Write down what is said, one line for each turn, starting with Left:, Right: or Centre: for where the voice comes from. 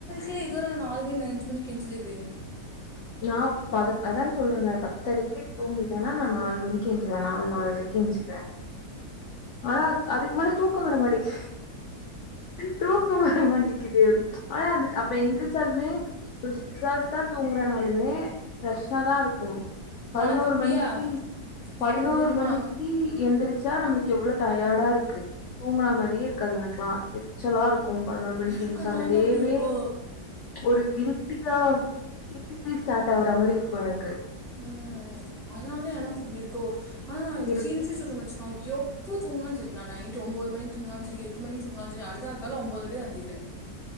Centre: இல்ல இதுவர நா ஆறு மணி அஞ்சி மணிக்கி நா எந்திச்சதே கெடையாது
Left: நா பத அதா சொல்றேல்ல பத்தரைக்கி தூங்கிட்டேன்னா நா நாலு மணிக்கி எஞ்சிருவே நாலு நாலுரைக்கு எஞ்சிருவே ஆனா அதுக்கு மேல தூக்கம் வர மாட்டேக்கி தூக்கம் வர மாட்டிக்கிது ஆனா அது அப்ப எந்திரிச்சாலுமே ஒரு சிக்ஸ் அவர்ஷ்தா தூங்குறனாலுமே ஃப்ரெஷ்ஷாதா இருக் கு பதினோரு
Centre: உனக்கு அப்படியா
Left: மணிக்கி பதினோரு
Centre: எனக்கு எப்படி தெரியுமா
Left: மணிக்கி எந்திரிச் சா நம்மளுக்கு எவ்ளோ டயர்டா இருக்கு தூங்குன மாரியே இருக்காது எனக்குல்லா எரிச் சலா இருக்கு பதினோரு மணிக்கு
Centre: எனக்கு
Left: ஏந்திச்சா
Centre: அதனால
Left: அந்த
Centre: தான்
Left: டேவே
Centre: அப்படி இருக்கோ
Left: ஒரு கில்ட்டிங்கா கில்ட்டிலயே ஸ்டார்ட் ஆகுற மாரி இருக்கு எனக்கு
Centre: ம் அதனாலதா எனக்கு இப்டி இருக்கோ ஆனா நா
Left: இருக்கு.
Centre: சீரியஸா சொல்றே மச்சா எப் ப தூங்குனாலு சரி நா நைட்டு ஒம்போது மணிக்கு தூங்குனாலு சரி எட்டு மணிக்கு தூங்குனாலு சரி அடுத்த நாள் கால்ல ஒம்போதரைக்குதா எந்திக்குறே